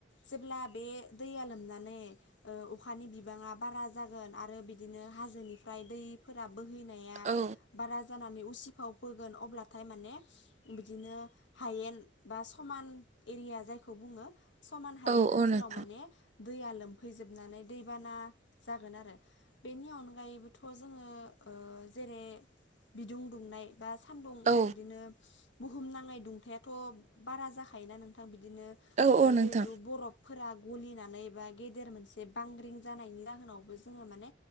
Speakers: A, on the left; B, on the right.
A: जेब्ला बे दैया लोमनानै ओ अखानि बिबाङा बारा जागोन आरो बिदिनो नो हाजोनिफ्राय दैफोरा बोहैनाया
B: औ
A: बारा जा जानानै उसिफाव फोगोन अब्लाथाय माने बिदिनो हायेन बा समान एरिया जायखौ बुङो समान हायेन
B: औ
A: ओनसोलाव
B: औ नोंथां
A: माने दैया लोमफैजोबनानै दैबाना जागोन आरो बेनि अनगायैबोथ' जोङो ओ जेरै बिदुं दुंनाय बा सान्दुं
B: औ
A: बिदिनो बुहुम नाङै दुंथाइयाथ' बारा जाखायोना नोंथां बिदिनो
B: औ
A: ओ
B: औ नोंथां
A: जिहेतु बरफ फोरा गलिनानै बा गेदेर मोनसे बांग्रिं जानायनि जाहोनावबो जोङो माने